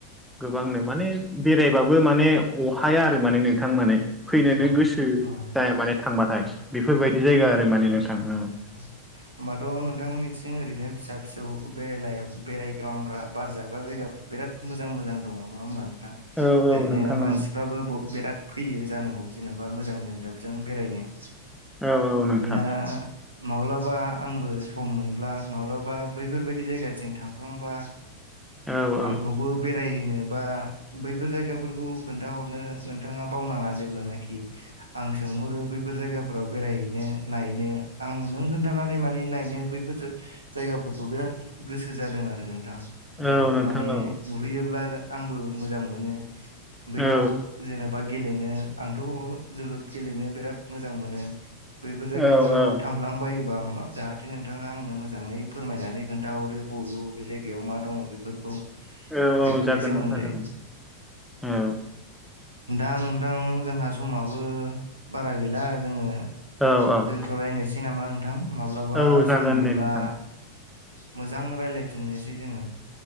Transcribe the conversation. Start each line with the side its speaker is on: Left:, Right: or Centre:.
Centre: गोबांनो माने बेरायबाबो माने अहाया आरो माने नोंथां माने फैनोनो
Right: औ
Centre: गोसो
Right: औ
Centre: जाया माने थांबाथाय बेफोरबायदि जायगा आरो माने नोंथां ओ।
Right: औ। होमबाथ' नोंथांमोननिथिं ओरैनो फिसा - फिसौ बेराय बेरायग्लांग्रा बार जाग्रा जायगाफोर बिराद मोजां - मोजां दङ नङा होमबा नोंथां
Centre: औ
Right: ओरैनो
Centre: औ नोंथां
Right: मानसि
Centre: औ
Right: फाबो बिराद फैयो जानांगौ जेन'बा मोजां जोंजाबजों बेरायनो।
Centre: औ औ नोंथां
Right: दा माब्लाबा आंबो सम मोनब्ला माब्लाबा बैफोरबायदि जायगाथिं थांफ्लांबा
Centre: औ औ
Right: आंखौबो बेरायहोनो बा बैफोर जायगाफोरखौ खोन्थाहरनो नोंथाङा बावनाङा जेब्लानाखि आं सोंहरो बैफोर जायगाफोराव बेरायहैनो नायैनो आं नों खोन्थानानै माने नायनो बैफोर जायगाफोरखौ बिराद गोसो जादों आरो नोंथां जायाथ
Centre: औ नोंथां
Right: माने
Centre: औ
Right: नुहैयोब्ला आंबो मोजां मोनो बैयाव
Centre: औ
Right: जेनेबा गेलेनो आंथ' जोलुर गेलेनो बिराद मोजां मोनो। बैफोर जायगाफोराव
Centre: औ औ
Right: थांफ्लांबायोबा जाहाथे नोंथाङा आंनो मोजाङै फोरमायनानै खोन्थााहरो बबे बबे जायगा बेयाव मा दङ बेफोरखौ
Centre: औ
Right: बेफोरनि
Centre: औ जागोन
Right: सोमोन्दै
Centre: नोंथां जागोन औ
Right: दा नोंथां जोंहा समाबो बारा गैला जोङो
Centre: औ औ
Right: दोनथ'लायनोसै नामा नोंथां माब्लाबा
Centre: औ जागोन
Right: सम मोनब्ला
Centre: दे नोंथां
Right: मोजां रायजलायफिननोसै जोङो